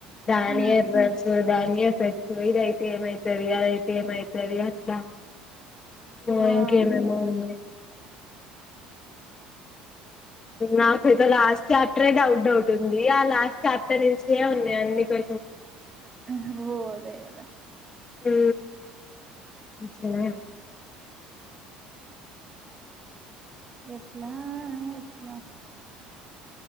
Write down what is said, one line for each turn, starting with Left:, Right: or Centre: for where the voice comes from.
Left: దానియే
Right: ఉమ్
Left: ఫ్రెండ్స్ దనీ ఎఫెక్ట్స్ ఇదయితే ఏమయితది అదైతే ఏమయీతది అట్లా ఇగో
Right: వామ్మో
Left: ఇంకేమేమో ఉన్నాయ్ నాకైతే లాస్ట్ చాప్టరే డౌట్ డౌట్ ఉంది. ఆ లాస్ట్ చాప్టర్ నుంచే ఉన్నాయి. అన్ని కో
Right: పిర్హువో దేవుడా
Left: హు ఇట్లానా
Right: వెట్లా ఆఆ ఎట్లా